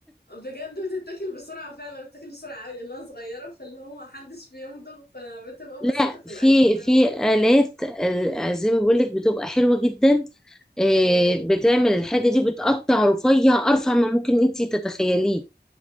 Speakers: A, on the left; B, in the centre.
A: بجد بتتاكل بسرعه فعلا بتتاكل بسرعه قوي لانها صغيره فاللي هو محدش بيمضغ فبتبقى
B: لا
A: بسيطه في
B: في
A: الاكل فعلا
B: في آلات آه، زي ما بقول لك بتبقى حلوة جدا آه،
A: مم.
B: بتعمل الحاجة دي بتقطع رفيع أرفع ما ممكن أنت تتخيليه